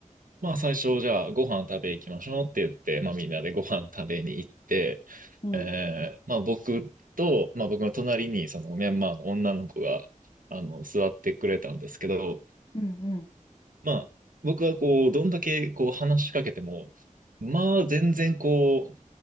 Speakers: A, on the right (about 85°); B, on the left (about 45°).
A: まあ、最初、じゃあ、ご飯食べ行きましょうって言って、まあ、みんなでご飯食べに行って、
B: うん。
A: えーまあ、僕と、まあ、僕の隣にそのミャンマーの女の子があの座ってくれたんですけど、
B: うん、う
A: まあ、僕はこう、どんだけこう話しかけても、まあ、全然こ